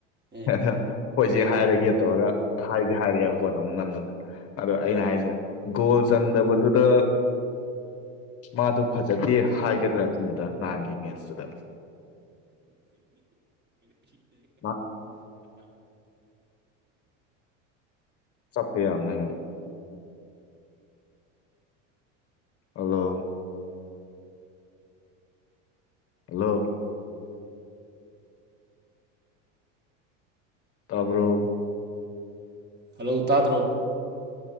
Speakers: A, on the right; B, on the left.
A: ꯑꯦ
B: ꯑꯗ ꯑꯩꯣꯏꯁꯦ ꯍꯥꯏꯔꯒꯦ ꯇꯧꯔꯒ ꯍꯥꯏꯗꯤ ꯍꯥꯏꯔꯤꯑꯕ ꯀꯣ ꯑꯃꯨꯛ ꯅꯝꯗꯅ ꯑꯗꯣ ꯑꯩꯅ ꯍꯥꯏꯁꯦ ꯒꯣꯜ ꯆꯟꯗꯕꯗꯨꯗ ꯃꯥꯗꯨ ꯐꯖꯗꯦ ꯍꯥꯏꯒꯗ꯭ꯔꯥ ꯁꯤꯅꯤꯗ ꯅꯍꯥꯟꯒꯤ ꯃꯦꯠꯁꯇꯨꯗ ꯑ ꯆꯇꯌꯥ ꯅ ꯍꯜꯂꯣ ꯍꯜꯂꯣ ꯇꯥꯕ꯭ꯔꯣ
A: ꯍꯜꯂꯣ ꯇꯥꯗ꯭ꯔꯣ